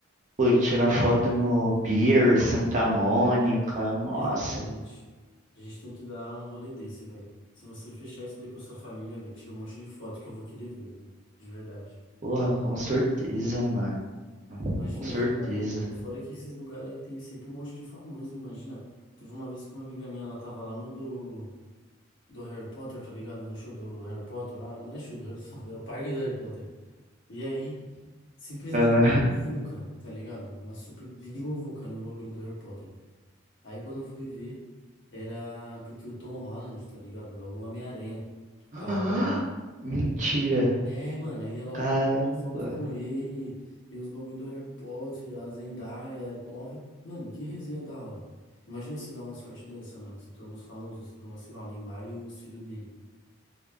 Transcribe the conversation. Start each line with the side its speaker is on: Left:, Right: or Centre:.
Right: pô, tirar foto no Pier, Santa Mônica, nossa,
Left: Exatamente. A gente tem que dar um rolê desse, velho. Se você fechar isso daí com a sua família, velho, tira um monte de foto que eu vou querer ver, velho. De verdade.
Right: porra, com certeza, mano,
Left: Imagina
Right: com certeza,
Left: que da hora. E fora que esses lugares aí tem sempre um monte de famoso, imagina. Teve uma vez que uma amiga minha, ela tava lá no do, do Harry Potter, tá ligado? No show do Harry Potter. Ah, não é show do Harry <laughs> Potter, é o parque do Harry Potter. E aí, simplesmente
Right: cara.
Left: uma muvuca, tá ligado? Uma super big muvuca no bagulho do Harry Potter. Aí quando eu fui ver, era porque o Tom Holland, tá ligado? Logo o Homem-Aranha
Right: Ah,
Left: tava lá, mano.
Right: mentira.
Left: E é, mano, aí ela logo
Right: Caramba.
Left: tirou uma foto com ele, e os bagulho do Harry Potter, a Zendaya, ó, re- mano, que resenha da hora. Imagina se dá uma sorte dessa, mano. Você tromba os famosos, você tromba, sei lá, o Neymar e os filhos dele.